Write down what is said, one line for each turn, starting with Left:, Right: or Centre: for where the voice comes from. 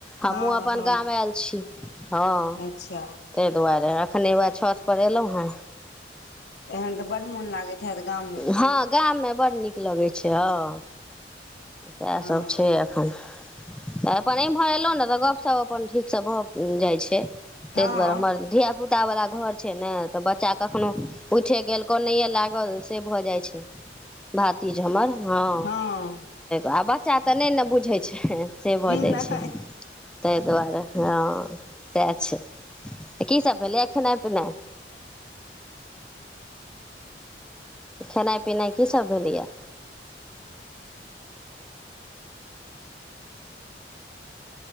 Centre: हमहुँ
Left: हँ
Centre: अपन
Left: हँ
Centre: गाम आयल छी हँ
Left: अच्छा
Centre: तइ दुआरे खने उएह छतपर एयलहुँ हँ
Left: एहन तऽ बड्ड मोन लागैत हएत गाममे
Centre: हँ गाममे बड्ड नीक लगै छै हं सएहसभ
Left: हँ
Centre: छै एखन तऽ अपन एम्हर एलहुँ ने तऽ गपशप अपन ठीक से भऽ जाय छै तइ
Left: हँ
Centre: दुआरे हमर धिया पुता वला घर छै ने तऽ बच्चा कखनो उठे गेल कनैे लागल से भऽ जाइ छै भातिज हमर हँ
Left: हँ
Centre: आ बच्चा तऽ नइने बुझै छै से
Left: नहि
Centre: भऽ जाइ छै तइ दुआरे हँ सएह छै त की सब भेलैए खेनाइ पिनाइ खेनाइ पिनाइ कीसभ भेलैए